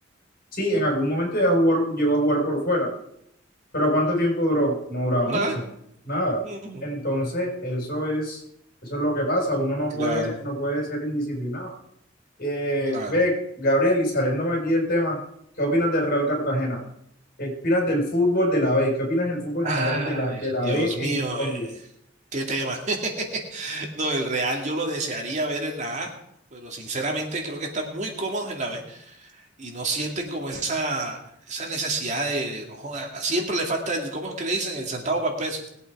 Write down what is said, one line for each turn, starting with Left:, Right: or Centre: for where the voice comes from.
Left: Sí, en algún momento ya jugó, llegó a jugar por fuera, pero ¿cuánto tiempo duró? No duraba mucho,
Right: Ah,
Left: nada.
Right: ujú,
Left: Entonces, eso es, eso es lo que pasa. Uno no
Right: Claro,
Left: puede, no puede ser indisciplinado. Eh,
Right: claro.
Left: ve, Gabriel, y saliéndome aquí del tema, ¿qué opinas del Real Cartagena? ¿Qué opinas del fútbol de la B? ¿Qué opinas del fútbol
Right: Ay,
Left: en general de la, de la
Right: Dios
Left: B
Right: mío,
Left: en Colombia?
Right: eh, qué tema. <laughs> No, el Real yo lo desearía ver en la A, pero sinceramente creo que están muy cómodos en la B y no sienten como esa, esa necesidad de, no joda, siempre le falta el, ¿cómo es que le dicen? El centavo para el peso.